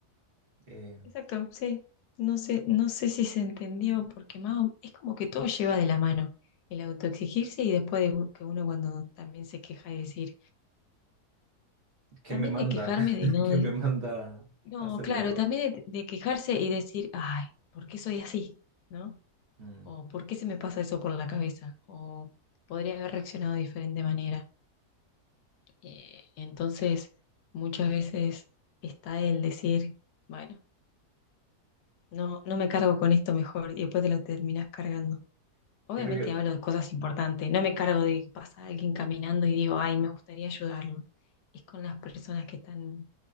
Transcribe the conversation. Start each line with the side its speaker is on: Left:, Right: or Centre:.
Right: Eh,
Left: Exacto, sí. No sé, no sé si se entendió, porque más o- es como que todo lleva de la mano. El autoexigirse y después de que uno cuando también se queja y decir,
Right: ¿quién
Left: también
Right: me manda?
Left: de quejarme
Right: <laughs>
Left: de no,
Right: ¿Quién
Left: de-
Right: me manda
Left: no,
Right: a hacerme
Left: claro,
Right: cargo
Left: también
Right: de
Left: de, de quejarse y decir, ay, ¿por qué soy así? ¿No?
Right: Mm.
Left: O ¿por qué se me pasa eso por la cabeza? O podría haber reaccionado de diferente manera. Eh, entonces, muchas veces está el decir, bueno, no, no me cargo con esto mejor y después te lo terminas cargando. Obviamente
Right: Yo creo que
Left: hablo de cosas importantes, no me cargo de que pasa alguien caminando y digo, ay, me gustaría ayudarlo. Es con las personas que están